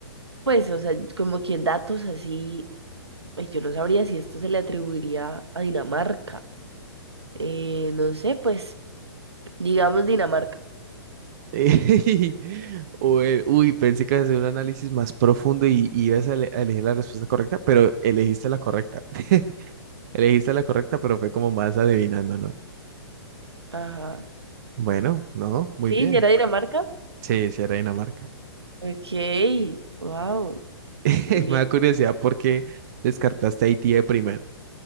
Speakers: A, on the right; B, on the right.
A: pues, o sea, como que datos así, ay, yo no sabría si esto se le atribuiría a Dinamarca. Eh, no sé, pues, digamos Dinamarca.
B: Ey, <laughs> Bueno, Uy, pensé que ibas a hacer un análisis más profundo y, y ibas a, ele- a elegir la respuesta correcta, pero elegiste la correcta. <laughs> Elegiste la correcta, pero fue como más adivinando, ¿no?
A: Ajá.
B: Bueno, no, muy
A: Sí,
B: bien.
A: si era Dinamarca.
B: Sí, sí, era Dinamarca.
A: Ok, wow,
B: <laughs>
A: bien.
B: Me da curiosidad por qué descartaste a Haití de primero.